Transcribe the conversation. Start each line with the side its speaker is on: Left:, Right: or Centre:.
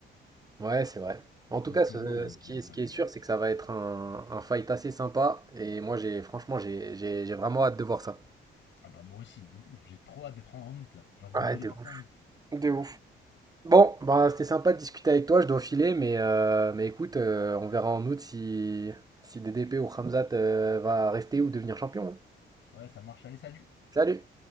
Right: Ouais, c'est vrai. En
Left: Donc,
Right: tout cas, ce,
Left: euh, non, non,
Right: ce
Left: pour
Right: qui
Left: moi,
Right: est,
Left: c'est
Right: ce qui
Left: un tueur.
Right: est sûr, c'est que ça va être un, un fight assez sympa. Et moi, j'ai franchement, j'ai j'ai- j'ai vraiment hâte de voir ça.
Left: Ah bah moi aussi, de ouf, j'ai trop hâte d'être en, en août, là. J'ai envie
Right: Ouais,
Left: de me téléporter
Right: de ouf.
Left: en août.
Right: De ouf. Bon, bah, c'était sympa de discuter avec toi. Je dois filer, mais, euh, mais écoute, euh, on verra en août si, si DDP ou Khamzat euh, va rester ou devenir champion. hein.
Left: Ouais, ça marche, allez, salut
Right: Salut!